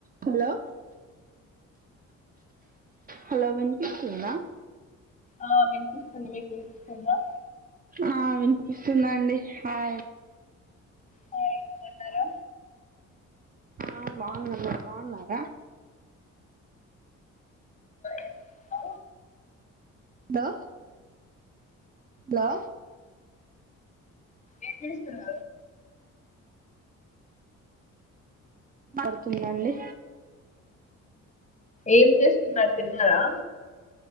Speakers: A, on the right (about 30°); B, on the left (about 25°).
A: Hello hello వినిపిస్తుంద.
B: ఆ వినిపిస్తుంది మీకు వినిపిస్తుందా.
A: ఆ వినిపిస్తుందండి హాయ్
B: హాయ్ బాగున్నారా
A: ఆ బాగునా మీరు బాగున్నారా.
B: ఏం ఆ,
A: దా హలో
B: ఏం చేస్తారు.
A: పడుతుందండి.
B: ఏం చేస్తున్నారు తిన్నారా.